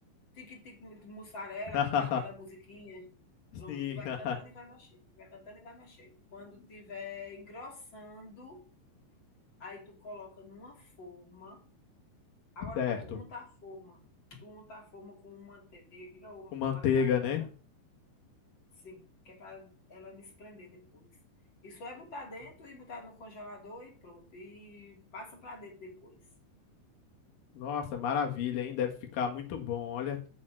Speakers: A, on the left; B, on the left.
A: tique-tique, mussarela,
B: <laughs>
A: aquela musiquinha. Pronto,
B: Sim,
A: tu vai
B: <laughs>
A: cantando e vai mexendo, tu vai cantando e vai mexendo. Quando tiver engrossando, Aí tu coloca numa forma. Agora
B: certo.
A: tu unta a forma. Tu unta a forma com manteiga ou
B: Com manteiga,
A: margarina,
B: né?
A: sim, que é para ela desprender depois. E só é botar dentro e botar no congelador e pronto. E passa para dentro depois.
B: Nossa, maravilha, hein? Deve ficar muito bom. Olha,